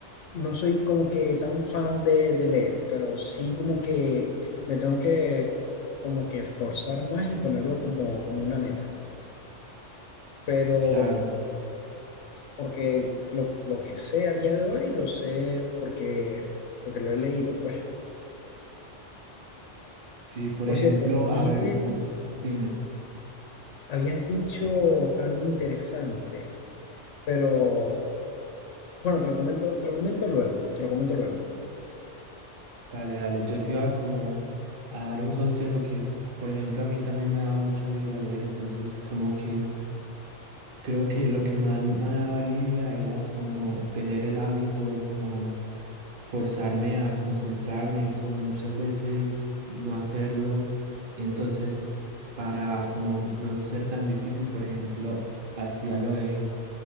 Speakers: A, on the left; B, on the right.
A: no soy como que tan fan de, de leer, pero sí como que me tengo que como que esforzar más y ponerlo como, como una meta. Pero
B: Claro,
A: mm, porque lo, lo que sé a día de hoy lo sé porque, porque lo he leído, pues.
B: Sí, por
A: Por
B: ejemplo,
A: cierto, dijiste
B: a ver, un- dime,
A: Habías dicho algo interesante, pero bueno, te lo comento, te lo comento luego, te lo comento luego.
B: dale, dale, yo te iba como a dar un consejo que, por ejemplo, a mí también me daba mucha lidia leer, entonces como que creo que lo que más me daba lidia era como tener el hábito, como forzarme a concentrarme y como muchas veces no hacerlo, y entonces para como no ser tan difícil, por ejemplo, hacía lo de